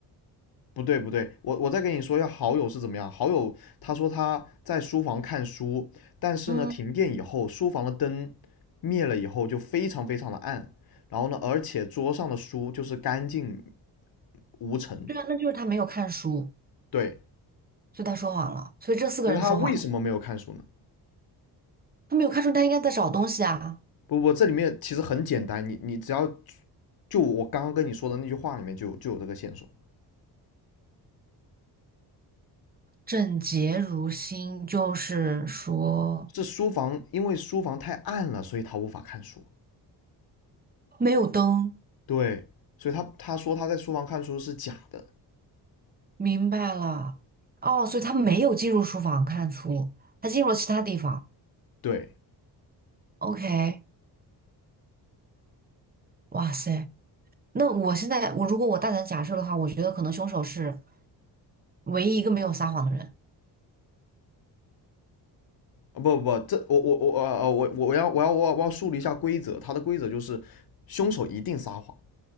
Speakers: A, on the left; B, on the right.
A: 不对不对，我我再跟你说一下好友是怎么样。好友他说他在书房看书，但是呢，
B: 嗯，
A: 停电以后，书房的灯灭了以后就非常非常的暗，然后呢，而且桌上的书就是干净无尘。
B: 对啊，那就是他没有看书，
A: 对，
B: 所以他说谎了。所以这四个人说谎，
A: 就是他为什么没有看书呢？
B: 他没有看书，他应该在找东西啊。
A: 不不，这里面其实很简单，你你只要就我刚刚跟你说的那句话里面就就有这个线索，
B: 整洁如新，就是说
A: 是书房因为书房太暗了，所以他无法看书。
B: 没有灯，
A: 对，所以他他说他在书房看书是假的。
B: 明白了。哦，所以他没有进入书房看书，他进入了其他地方。
A: 对，
B: OK，哇塞，那我现在我如果我大胆假设的话，我觉得可能凶手是唯一一个没有撒谎的人。
A: 啊不不不，这我我我呃我我我要我要我要我要树立一下规则，它的规则就是凶手一定撒谎，